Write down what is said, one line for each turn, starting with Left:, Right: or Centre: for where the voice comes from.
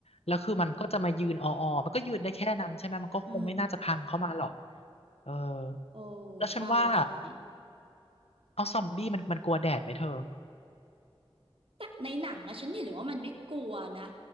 Left: แล้วคือมันก็จะมายืนอออมันก็ยืนได้แค่นั้นใช่ไหมมันก็คงไม่น่าจะพังเข้ามาหรอก
Right: อืม
Left: เออ
Right: โอ้
Left: แล้วฉันว่า
Right: ใช่ใช่
Left: เอาซอมบี้มันมันกลัวแดดไหมเธอ
Right: แต่ในหนังอะฉันเห็นเลยว่ามันไม่กลัวนะ